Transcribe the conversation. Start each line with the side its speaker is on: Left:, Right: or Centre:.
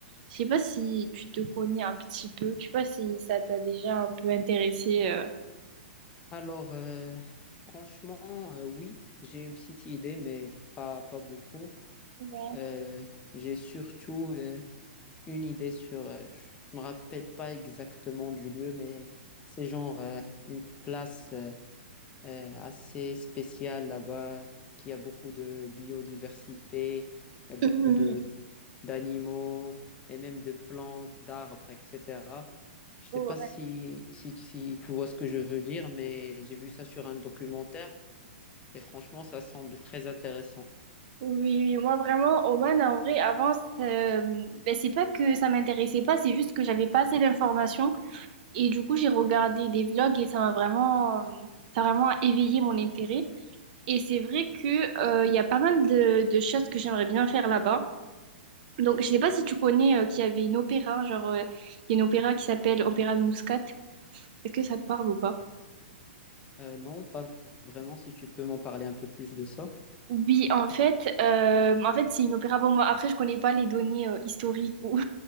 Right: Je sais pas si tu te connais un petit peu. Je sais pas si ça t'a déjà un peu intéressé. euh.
Left: Alors, euh, franchement, euh, oui, j'ai une petite idée, mais pas, pas beaucoup.
Right: Ouais.
Left: Euh, j'ai surtout euh, une idée sur, euh, je ne me rappelle pas exactement du lieu, mais c'est genre euh, une place euh, euh, assez spéciale là-bas, qui a beaucoup de biodiversité, il y a beaucoup
Right: <clears throat>
Left: de d'animaux et même de plantes, d'arbres, etc. Je
Right: Ouais.
Left: sais pas si, si, si tu vois ce que je veux dire, mais j'ai vu ça sur un documentaire et franchement, ça semble très intéressant.
Right: Oui, oui, moi vraiment, Oman, en vrai, avant, c'est- ben, c'est pas que ça m'intéressait pas, c'est juste que j'avais pas assez d'informations. Et du coup, j'ai regardé des vlogs et ça m'a vraiment, euh, ça a vraiment éveillé mon intérêt. Et c'est vrai que, euh, il y a pas mal de, de choses que j'aimerais bien faire là-bas. Donc, je sais pas si tu connais, euh, qu'il y avait une opéra, genre, euh, il y a une opéra qui s'appelle Opéra de Muscat. Est-ce que ça te parle ou pas?
Left: Euh, non, pas vraiment, si tu peux m'en parler un peu plus de ça.
Right: Oui, en fait, euh, en fait, c'est une opéra. Bon, moi, après, je connais pas les données, euh, historiques ou